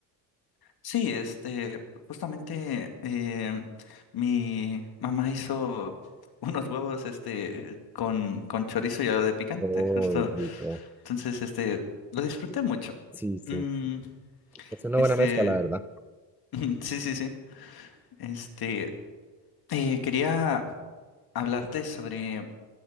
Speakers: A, on the left; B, in the centre.
A: Sí, este, justamente eh, mi mamá hizo <laughs> unos huevos, este, con, con chorizo y algo de picante,
B: Oh,
A: justo.
B: rico.
A: Entonces, este, lo disfruté mucho.
B: Sí, sí.
A: Mm,
B: Es una
A: este,
B: buena mezcla, la verdad.
A: <laughs> sí, sí, sí. Este, eh, quería hablarte sobre